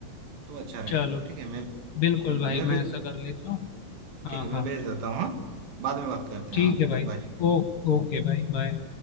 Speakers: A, on the right (about 70°); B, on the left (about 65°).
A: तो अच्छा रहेगा
B: चलो
A: ठीक है मैं
B: बिल्कुल
A: ठीक
B: भाई
A: है मैं भे-
B: मैं ऐसा कर लेता हूँ हाँ
A: ठीक है मैं
B: हाँ
A: भेज देता हूँ हाँ बाद में बात करते
B: ठीक
A: हैं हाँ
B: है भाई
A: बाय
B: ओ ओके भाई बाय